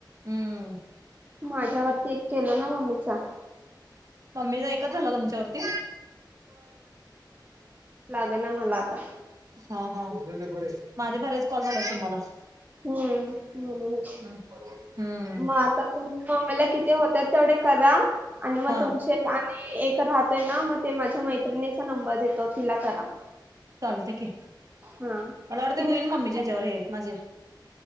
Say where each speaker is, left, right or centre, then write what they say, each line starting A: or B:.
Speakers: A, on the right (about 45°); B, on the right (about 20°).
A: हम्म
B: माझ्यावरती एक केलं ना मम्मीचा
A: मम्मी एक झाला तुमच्यावरती
B: देना मला आता
A: हा हा माझे बरच कॉल झाले तुम्हाला
B: हम्म म्हणून
A: हम्म
B: मग आता तुमच्या मोबाईल किती होतात तेवढे करा आणि मग
A: हा
B: तुमचे आणि एक राहतोय ना मग ते माझ्या मैत्रिनि चा नंबर देतो तिला करा
A: चालते की
B: हा
A: मला आवडते
B: तिला
A: होईल मम्मीच्या
B: पण
A: ह्याच्यावर हे माझे